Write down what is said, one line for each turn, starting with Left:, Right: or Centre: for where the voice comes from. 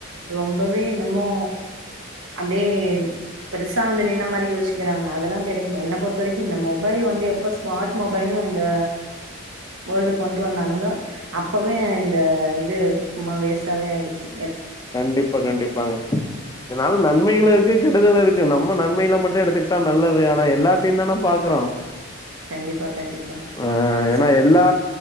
Right: ரொம்பவே என்னமோ அப்டியே பெருசா வந்து நின்ன மாரி யோசிக்கிறாங்க அதெல்லா கெடைங்க என்ன பொறுத்த வரைக்கு இந்த மொபைல் வந்து எப்ப ஸ்மார்ட் மொபைல் இந்த வேர்ல்டு கொண்டு வந்தானுங்ளோ அப்பவே இந்த இது சும்மா வேஸ்டாவே ஆய்டுச்சு
Left: கண்டிப்பா கண்டிப்பாங்க இதுனால நன்மைகளு இருக் க்கு கெடுதலாருக்கு நம்ம நன்மைல மட்டு எடுத்துக்கிட்டா நல்லது ஆனா எல்லாத்தையு தான பாக்குறோ
Right: கண்டிப்பா கண்டிப்பா
Left: ஆ ஏன்னா
Right: ச
Left: எல்லா